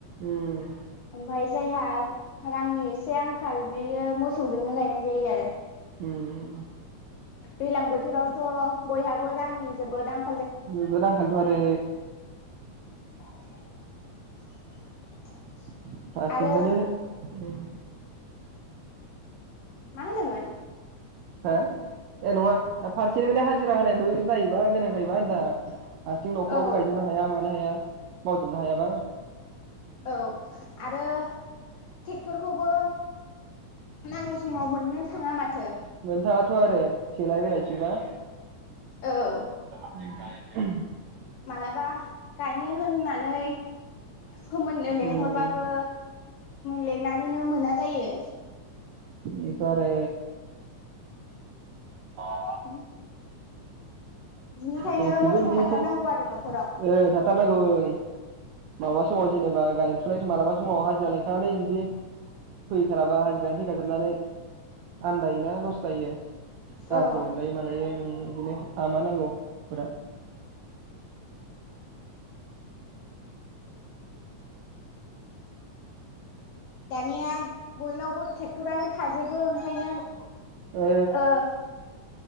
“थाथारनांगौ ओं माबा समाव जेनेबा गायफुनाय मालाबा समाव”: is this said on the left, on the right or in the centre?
Right